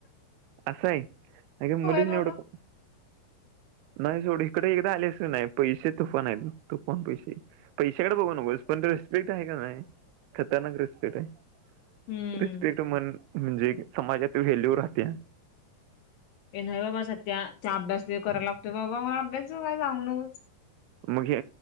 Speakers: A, on the right; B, on the left.
A: असं आहे अे मुलीच
B: बाबा
A: नाही एवढं नाही सोड इकडे एकदा आलेस नाही पैसे तुफान आहेत तुफान पैसे पैशाकडे बघू नकोस पण रिस्पेक्ट आहे का नाही खतरनाक रिस्पेक्ट आहे
B: हम्म
A: रिस्पेक्ट म्हण म्हणजे समाजात हेल्लीवर राहते
B: हे न बाबा सध्याच्या अभ्यास ल करायला लागतोय बाबा मग अभ्यास जऊ काय जाांग नकू
A: मग हे